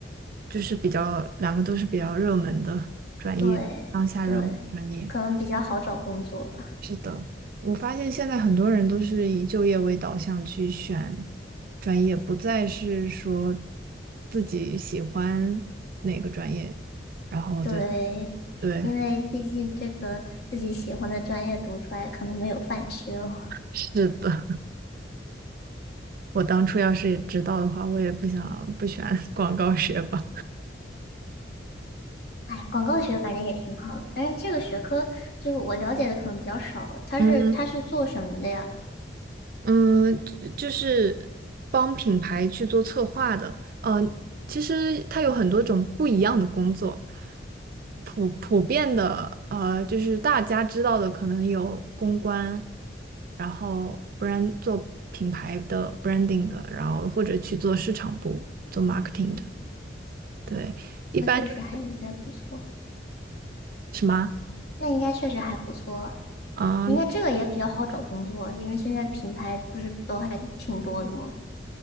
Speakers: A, on the right; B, on the left.
A: 就是比较两个都是比较热门的专业，
B: 对对，
A: 当下热门专业。
B: 可能比较好找工作吧。
A: 是的，我发现现在很多人都是以就业为导向去选专业，不再是说自己喜欢哪个专业，然后再
B: 对，
A: 对，
B: 因为毕竟这个自己喜欢的专业读出来可能没有饭吃哦。
A: 是的，<laughs> 我当初要是知道的话，我也不想不选 <laughs> 广告学吧。
B: 哎，广告学感觉也挺好的，但是这个学科就是我了解的可能比较少。它是它是做什么的呀？
A: 嗯。嗯，就就是帮品牌去做策划的。呃，其实它有很多种不一样的工作，普普遍的，呃，就是大家知道的，可能有公关，然后 brand 做品牌的 branding 的，然后或者去做市场部做 marketing
B: 嗯，
A: 的。对，一般就是
B: 那确实还应该不错，
A: 什么
B: 那应该确实还不错啊，
A: 啊？
B: 应该这个也比较好找工作，
A: 嗯。
B: 因为现在品牌不是都还挺多的吗？